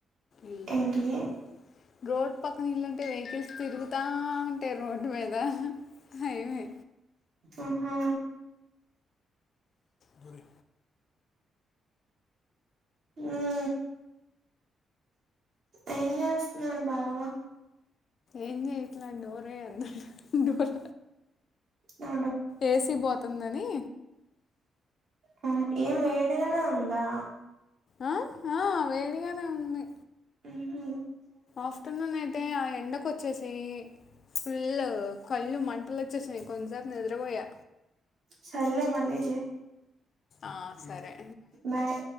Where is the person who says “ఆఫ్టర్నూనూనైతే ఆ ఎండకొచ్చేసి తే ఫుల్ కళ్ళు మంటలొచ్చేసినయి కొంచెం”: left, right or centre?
Left